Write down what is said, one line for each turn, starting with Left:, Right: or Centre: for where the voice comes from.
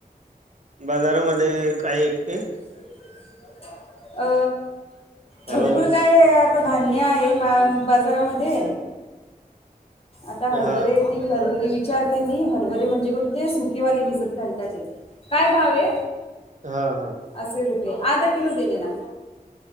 Right: बाजारामध्ये काय एकटे?
Left: <inaudible> अ
Right: हॅलो
Left: भरपूर काय आता धान्य आहे मा बाजारामध्ये, आता
Right: हा
Left: हरभरे ते हरभरी विचारते मी हरभरे म्हणजे कोणते सुकेवाले भिजत घालतात ते. काय भावये?
Right: हा हा
Left: असशी रुपये आधा किलो दे दे ना